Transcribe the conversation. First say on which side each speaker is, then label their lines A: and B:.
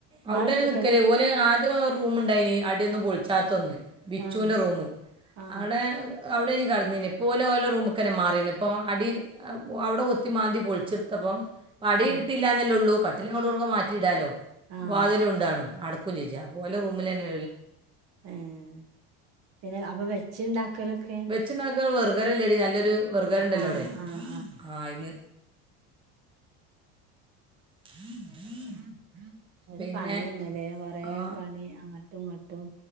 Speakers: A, on the right; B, on the right.
A: ഇങ്ങളെ
B: അവിടെന്നെ
A: അടുത്ത്ക്കലാ
B: നിക്കല് ഓല് ആദ്യം റൂമുണ്ടായിന് അടിയൊന്നും പൊളിച്ചാത്ത ഒന്ന് ബിച്ചുൻ്റെ
A: ആഹ്
B: റൂമ്
A: ആഹ്
B: ആടെ അവിടെ യാനി കിടന്നിനി ഇപ്പോ ഓല് ഓര്ടെ റൂമക്കെന്നെ മാറീനി ഇപ്പോ അടി അവിടെ കുത്തിമാന്തി പൊളിച്ചെടുത്തപ്പം അടി
A: ആഹ്
B: കിട്ടീല്ല എന്നല്ലേ ഉള്ളൂ കട്ടിലുംങ്ങോട്ടുങ്ങട്ടൊക്കെ മാറ്റിയിടാലോ
A: ആഹ്
B: വാതിലും ഉണ്ടാണും അടക്കും ചേചാ അപ്പോ ഓലെടെ റൂമിൽ തന്നെ
A: ഉം പിന്നെ അപ്പൊ വെച്ച് ഇണ്ടാക്കലൊക്കെ
B: വച്ചണ്ടാകല് വർഗര ഇല്ലേടി നല്ലൊരു വെർഗർണ്ടല്ലോ
A: ആഹ്
B: അവിടെ
A: ആഹ്
B: ആഹ് ഇന്ന് <inaudible>
A: ആഹ് ഒരു
B: പിന്നെ
A: പണി തന്നെല്ലേ കൊറെ
B: ആ
A: പണി അങ്ങോട്ടുയിങ്ങോട്ടും